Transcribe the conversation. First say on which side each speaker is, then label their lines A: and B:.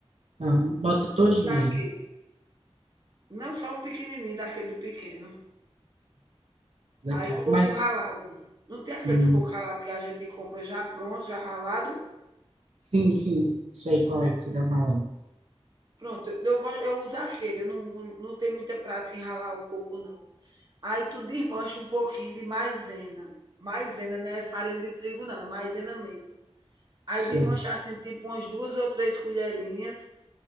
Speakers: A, on the right; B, on the right.
A: Aham, Bota todinho
B: um daquele.
A: ele.
B: Não só um pequenininho, daquele do pequeno.
A: Legal.
B: Aí coco
A: Mas,
B: ralado. Não tem aqueles
A: hum,
B: coco ralado que a gente compra já pronto, já ralado?
A: sim, sim, sei qual é que você tá falando.
B: Pronto, eu, gosto, eu uso aquele, eu não, não, não tenho muita prática em ralar o coco, não. Aí tu desmancha um pouquinho de maisena. Maisena não é farinha de trigo, não, é maisena mesmo. Aí
A: Sei.
B: desmanchar assim, tipo umas duas ou três colherinhas,